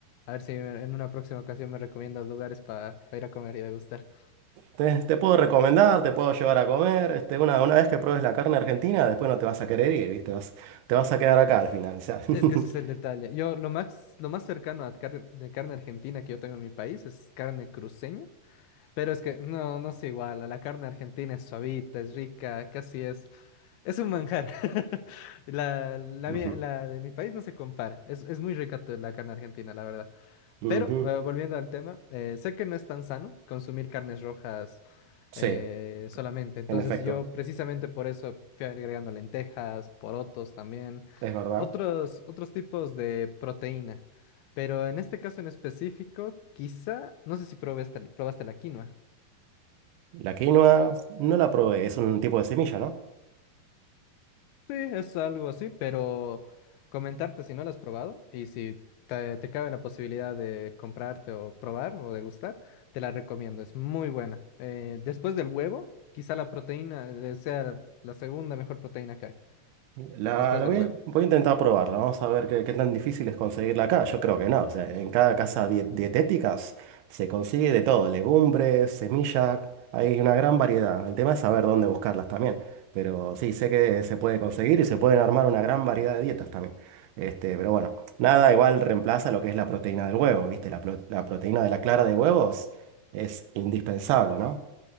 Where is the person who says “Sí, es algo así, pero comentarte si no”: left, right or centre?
Left